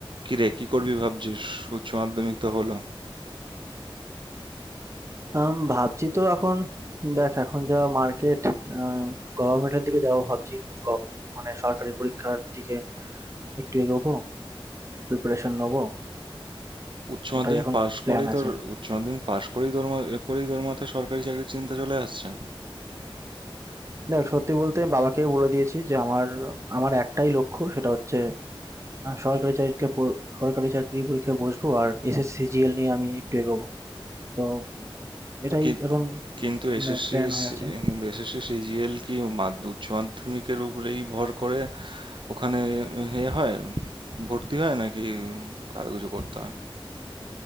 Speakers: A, on the right; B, on the right.
A: কি রে কি করবি ভাবছিস উচ্চ মাধ্যমিক তো হলো
B: আম ভাবছি তো এখন দেখ এখন যা মার্কেট গভর্নমেন্টের দিকে যাবো ভাবছি গ- মানে সরকারি পরীক্ষার দিকে একটু এগোবো প্রিপারেশন নেবো
A: উচ্চ মাধ্যমিক
B: ওটাই এখন
A: পাশ
B: প্ল্যান
A: করেই তোর
B: আছে
A: উচ্চ মাধ্যমিক পাশ করেই তোর মা- করেই তোর মাথায় সরকারি চাকরির চিন্তা চলে আসছে
B: দেখ সত্যি বলতে বাবাকে বলে দিয়েছি যে আমার আমার একটাই লক্ষ্য সেটা হচ্ছে আহ, সরকারি চাকরিকে পর- সরকারি চাকরি পরীক্ষায় বসবো আর এসএসসি জিএল নিয়ে আমি একটু এগোবো তো এটাই
A: কি-
B: এখন
A: কিন্তু
B: মানে
A: এসএসসি
B: প্ল্যান হয়ে আছে
A: কিন্তু এসএসসি সিজিএল কি মাধ্য- উচ্চ মাধ্যমিকের উপরেই ভর করে ওখানে এ হয় ভর্তি হয় নাকি আরো কিছু করতে হয়